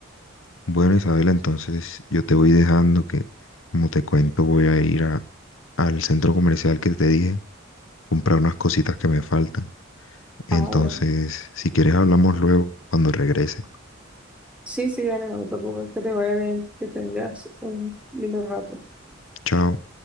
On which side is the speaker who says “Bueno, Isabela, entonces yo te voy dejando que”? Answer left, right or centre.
Left